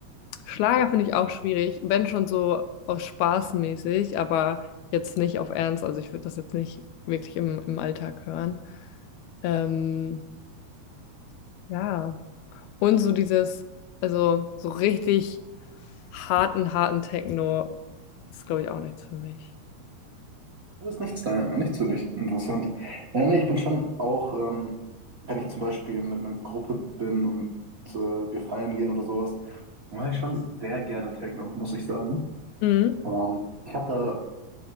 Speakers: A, on the left; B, on the right.
A: Schlager finde ich auch schwierig, wenn schon so aus Spaß mäßig, aber jetzt nicht auf Ernst. Also ich würde das jetzt nicht wirklich im, im Alltag hören. Ähm, ja. Und so dieses, also so richtig harten, harten Techno ist, glaube ich, auch nichts für mich.
B: Das ist nichts da, nichts für dich. Interessant. Ja, ne ich bin schon auch, ähm, wenn ich zum Beispiel mit einer Gruppe bin und äh, wir feiern gehen oder sowas, mache ich schon sehr gerne Techno, muss ich sagen.
A: Mhm.
B: Ähm, ich habe da